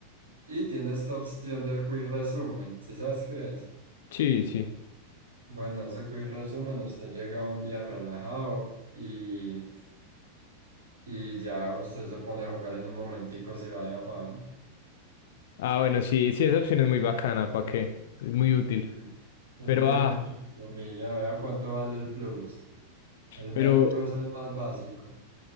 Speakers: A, on the right; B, on the left.
A: Y tiene esta opción del Quick Resumen. ¿Sí sabes qué es?
B: sí, sí.
A: Bueno, ese Quick Resumen, usted llega un día relajado y y ya usted se pone a jugar en un momentico si va de afán.
B: Ah, bueno, sí, sí, esa opción es muy bacana, ¿para qué? Es muy útil.
A: Mm. Es
B: Pero,
A: muy, es
B: ah,
A: mucha economía, vea cuánto vale el plus. El mero
B: pero,
A: plus es más básico.